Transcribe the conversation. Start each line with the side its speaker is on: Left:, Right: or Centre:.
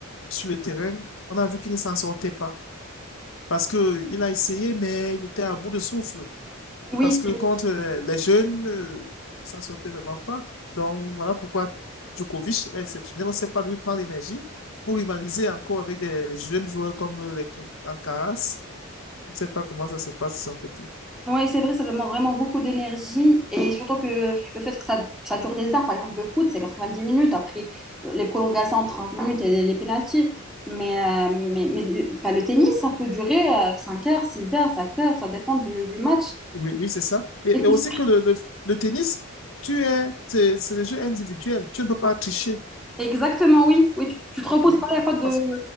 Left: sur le terrain, on a vu qu'il ne s'en sortait pas, parce que il a essayé, mais il était à bout de souffle.
Centre: Oui,
Left: Parce que contre euh, les jeunes, euh, ça ne sortait vraiment pas. Donc, voilà pourquoi Djokovic est exceptionnel. On ne sait pas d'où il prend l'énergie pour rivaliser encore avec des jeunes joueurs comme euh, les Alcaraz. On ne sait pas comment ça se passe de son côté.
Centre: Oui, c'est vrai, ça demande vraiment beaucoup d'énergie et surtout que le fait que ça, ça dure des heures, par exemple le foot, c'est 90 minutes, après euh, les prolongations, 30 minutes et les pénaltys. Mais, euh, mais, mais enfin, le tennis, ça peut durer euh, 5 heures, 6 heures, 7 heures, ça dépend du, du match.
Left: Oui, oui, c'est ça. Et,
Centre: Et puis-
Left: et aussi que le, le, le tennis, tu es, c'est c'est le jeu individuel. Tu ne peux pas tricher.
Centre: exactement, oui, oui, tu, tu te reposes
Left: Oui.
Centre: pas, il n'y a pas de...
Left: Parce